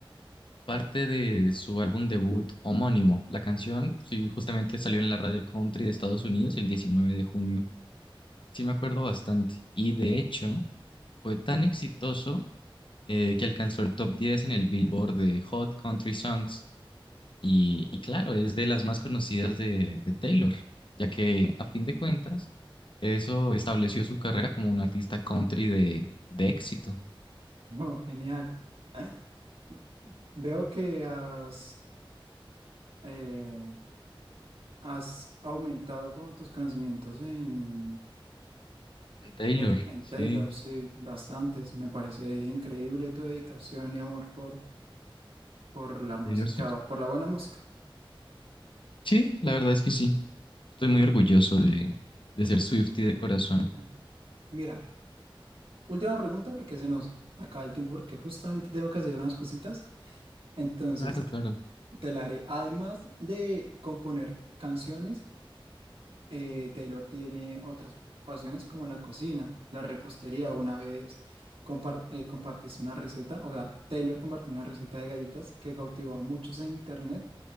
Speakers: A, on the left (about 65°); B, on the right (about 85°).
A: parte de su álbum debut homónimo. La canción, sí, justamente salió en la radio country de Estados Unidos el 19 de junio. Sí me acuerdo bastante y de hecho fue tan exitoso eh, que alcanzó el top 10 en el Billboard de Hot Country Songs. Y, y claro, es de las más conocidas de, de Taylor, ya que a fin de cuentas, eso estableció su carrera como un artista country de, de éxito.
B: No, genial. <laughs> Veo que has eh, Has aumentado como tus conocimientos en,
A: En Taylor,
B: en, en
A: sí,
B: Taylor, sí, bastantes. Me parece increíble tu dedicación y amor por, por la música,
A: Taylor Swift.
B: o por la buena música.
A: Sí, la verdad es que sí. Estoy muy orgulloso de, de ser Swiftie de corazón.
B: Ajá. Mira, última pregunta porque se nos acaba el tiempo porque justamente tengo que hacer unas cositas. Entonces,
A: Claro, claro.
B: te la haré. Además de componer canciones, eh, Taylor tiene otras pasiones como la cocina, la repostería. Una vez compar- eh, compartiste una receta, o sea, Taylor compartió una receta de galletas que cautivó a muchos en internet.